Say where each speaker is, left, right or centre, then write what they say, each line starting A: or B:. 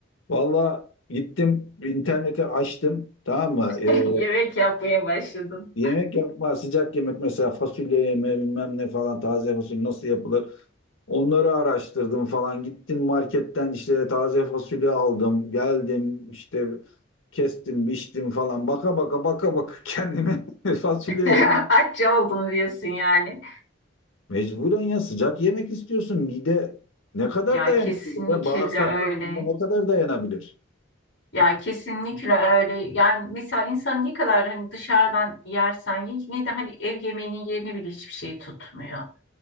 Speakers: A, on the left; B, on the left.
A: Valla gittim interneti açtım. Tamam mı?
B: <laughs>
A: Ee,
B: Yemek yapmaya başladım.
A: Yemek yapma, sıcak yemek mesela fasulye yeme bilmem ne falan taze fasulye nasıl yapılır? Onları araştırdım falan. Gittim marketten işte taze fasulye aldım. Geldim işte kestim, biçtim falan. Baka baka baka baka <laughs> kendime fasulye
B: <laughs>
A: yemek.
B: Aç oldum diyorsun yani.
A: Mecburen ya sıcak yemek istiyorsun. Mide ne kadar
B: Ya
A: dayanabilir?
B: kesinlikle
A: ya? Bağırsaklar
B: öyle.
A: ne kadar dayanabilir?
B: Ya kesinlikle öyle. Yani mesela insan ne kadar hani dışarıdan yersen ye, yine de hani ev yemeğinin yerini bile hiçbir şey tutmuyor.